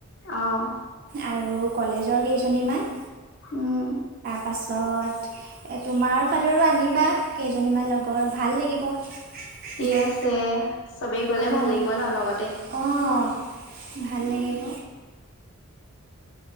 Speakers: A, on the left; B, on the right.
A: অ',
B: আৰু কলেজৰ কেইজনীমান
A: উম,
B: পাছত তোমাৰ ফালৰো আনিবা কেইজনীমান লগৰ ভাল লাগিব।
A: ঠিক
B: গৈ
A: আছে চবেই গলে
B: অঁ
A: ভাল লাগিব ন লগতে।
B: অঁ ভাল
A: উম,
B: লাগিব।